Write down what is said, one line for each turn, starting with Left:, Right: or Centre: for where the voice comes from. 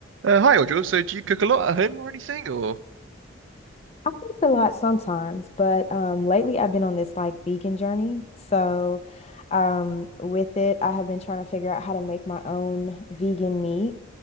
Right: Uh, hi, Audra. So, do you cook a lot at home or anything? Or
Left: I cook a lot sometimes, but um, lately I've been on this like vegan journey. So, um, with it, I have been trying to figure out how to make my own vegan meat.